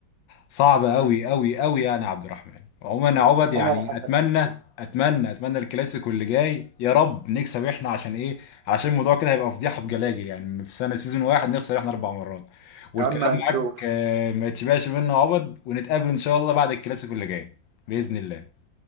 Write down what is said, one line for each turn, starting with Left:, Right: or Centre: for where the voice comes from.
Left: صعب قوي
Right: امم
Left: قوي قوي يعني يا عبد الرحمن عموما يا عبد يعني
Right: عمرها ما حصلت
Left: اتمنى
Right: كده.
Left: اتمنى اتمنى الكلاسيكو اللي جاي يا رب نكسب احنا عشان ايه عشان الموضوع كده هيبقى فضيحه بجلاجل يعني إن في سنه سيزون واحد نخسر احنا اربع مرات والكلام
Right: يا عم هنشوف
Left: معاك آه، ما يتشبعش منه يا عبد ونتقابل ان شاء الله بعد الكلاسيكو اللي جاي باذن الله